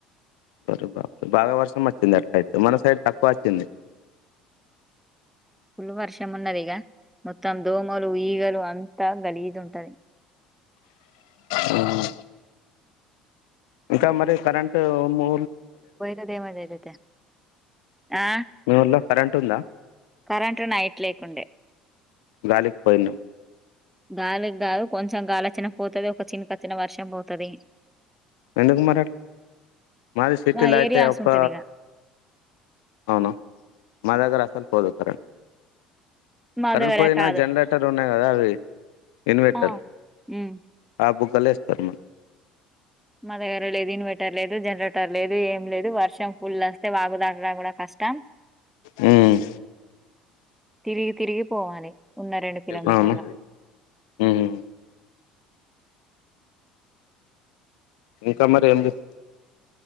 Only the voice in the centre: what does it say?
పుల్లు వర్షం ఉన్నదిగా మొత్తం దోమలు ఈగలు అంతా గలిజు ఉంటాది
పోయితే దేమరి అది అయితే ఆ
కరెంటు నైట్ లేకుండే
గాలికి కాదు కొంచెం గాలి వోచ్చిన పోతది ఒక చిన్కచ్చిన వర్షం పోతది
మా
ఏరియాస్
ఉంటది ఇగ
మా
దగ్గర
కాదు
ఆ ఉమ్
మ దగ్గర లేదు ఇన్వాట్ టర్ లేదు టర్ లేదు ఏం లేదు వర్షం ఫుల్లు వస్తే వాగుదాటుడా కూడా కష్టం
తిరిగి తిరిగి పోవాలి ఉన్న రెండు కిలోమీటర్ల